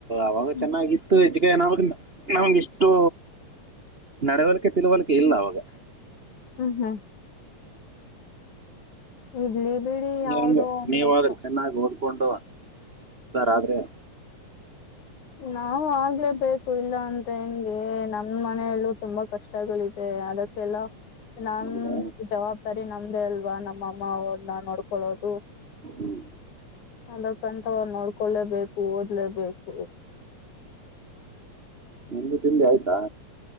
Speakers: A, on the right; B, on the left.
A: ಅವಾಗ
B: ಹ್ಮ್
A: ಚೆನ್ನಾಗಿತ್ತು <unintelligible> ನಮಗೆ ಇಷ್ಟು ನಡವಳಿಕೆ ತಿಳುವಳಿಕೆ ಇಲ್ಲ ಅವಾಗ
B: ಹ್ಮ್ ಹ್ಮ್ ಇರ್ಲಿ ಬಿಡಿ ಬಿಡಿ ಯಾವ್ದೋ
A: ಹೆಂಗ ನೀವಾದ್ರೆ
B: ಗೊತ್ತ
A: ಚೆನ್ನಾಗಿ ಓದ್ಕೊಂಡು ಉದ್ದಾರ ಆದ್ರೆ
B: ನಾವ್ ಆಗ್ಲೇಬೇಕು ಇಲ್ಲ ಅಂದ್ರ ಹೆಂಗೆ ನಮ ಮನೆಯಲ್ಲೂ ತುಂಬಾ ಕಷ್ಟಗಳಿದೆ ಅದಕ್ಕೆಲ್ಲ ನಮ್ದು
A: ಹೌದಾ
B: ಜವಾಬ್ದಾರಿ. ನಮ್ದೇ ಅಲ್ವಾ ನಮ್ಮಅಮ್ಮ ಅವ್ರನ್ನ ನೋಡ್ಕೊಳ್ಳೋದು
A: ಹ್ಮ್
B: ಅದಕ್ಕಂತ ನೋಡ್ಕೊಲೇಬೇಕು ಓದ್ಲೇಬೇಕು
A: ನಿಂದು ತಿಂಡಿ ಆಯ್ತಾ